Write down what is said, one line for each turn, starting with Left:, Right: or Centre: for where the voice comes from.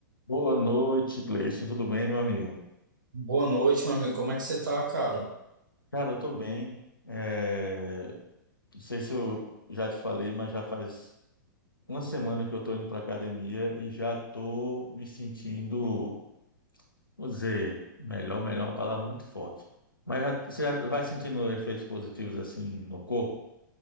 Left: Boa noite, Gleison. Tudo bem, meu amigo?
Right: Boa noite, meu amigo. Como é que você tá, cara?
Left: Cara, eu tô bem. É, Não sei se eu já te falei, mas já faz uma semana que eu tô indo pra academia e já tô me sentindo, vou dizer, melhor, melhor é uma palavra muito forte. Mas já- você já vai sentindo efeitos positivos assim no corpo?